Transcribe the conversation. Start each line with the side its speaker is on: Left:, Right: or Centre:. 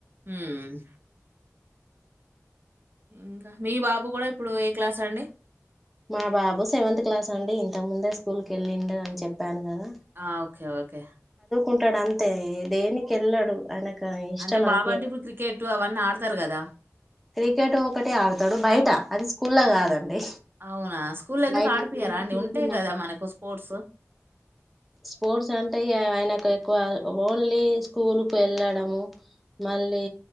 Right: హ్మ్మ్ ఇంకా మీ బాబు కూడా ఇప్పుడు ఏ క్లాస్ అండి
Centre: మా బాబు సెవెంత్ క్లాస్ అండి ఇంత ముందే స్కూల్ కెళ్ళిండే అని చెప్పాను కదా
Right: ఆ ఓకే ఓకే
Centre: ఉంటాడు అంతే దేనికి వెళ్ళాడు ఆయనకు ఇష్టం
Right: అంటే బాబు
Centre: అనిపి
Right: అంటే ఇప్పుడు క్రికెట్ అవన్నీ ఆడతారు కదా
Centre: క్రికెట్ ఒకటే ఆడతాడు బయట అది స్కూల్ లో కాదండి
Right: అవునా స్కూల్ ఎందుకు
Centre: బయట
Right: ఆడిపియరా
Centre: ఫ్రెండ్స్
Right: అండి
Centre: చిన్న
Right: ఉంటాయి
Centre: చిన్న
Right: కదా మనకు స్పోర్ట్స్
Centre: స్పోర్ట్స్ అంటే ఆయనకు ఎక్కువ ఓన్లీ స్కూల్కు వెళ్ళడము మళ్ళీ